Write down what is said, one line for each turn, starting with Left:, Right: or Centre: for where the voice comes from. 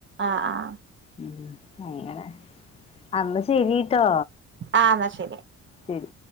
Right: ആഹ് ആഹ്
Left: ഉം അങ്ങനെ അന്നാ ശരീട്ടോ
Right: ആഹ് എന്നാ ശരി
Left: ശരി